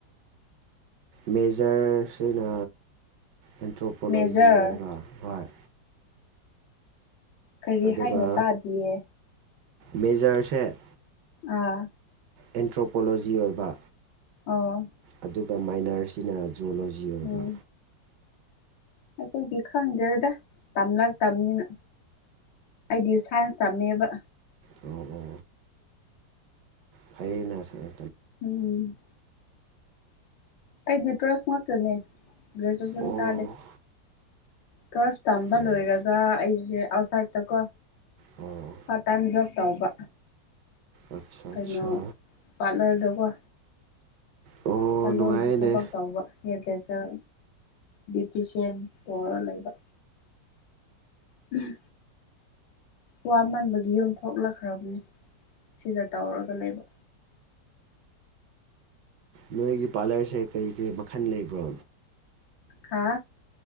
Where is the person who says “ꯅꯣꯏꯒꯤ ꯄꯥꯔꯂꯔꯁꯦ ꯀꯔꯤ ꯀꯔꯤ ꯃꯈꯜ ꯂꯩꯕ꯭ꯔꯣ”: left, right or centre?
Right